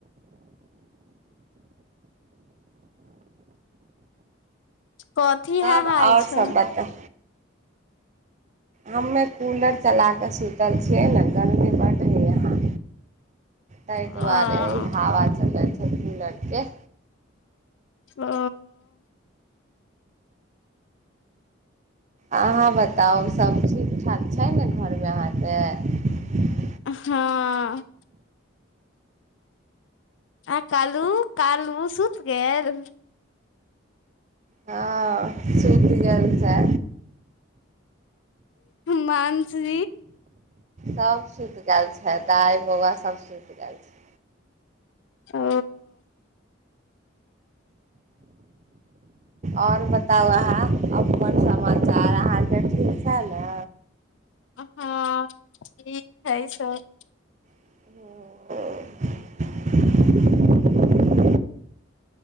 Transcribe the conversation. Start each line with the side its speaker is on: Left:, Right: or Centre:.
Left: कथी
Right: तब
Left: ह हाइ
Right: आओर
Left: छै
Right: सब बता हमे कूलर चला कऽ सुतल छियै ने गर्मी बड है यहाँ ता
Left: अ
Right: दुोआरे इ हवा चलल छल त
Left: ओ।
Right: अहाँ बताउ सभ ठीक ठाक छै ने घरमे अहाँके।
Left: हँ। आ कालू -कालू सुत गेल।
Right: हँ सुति गेल छै।
Left: मानसी
Right: सब सुइत गेल आयल छै दाइ बौआ सब सुइत सुइत गेल छै।
Left: ओ।
Right: आओर बताउ अहाँ अपन समाचार अहाँके ठीक छै ने
Left: हँ ठीक हइ सब।
Right: ह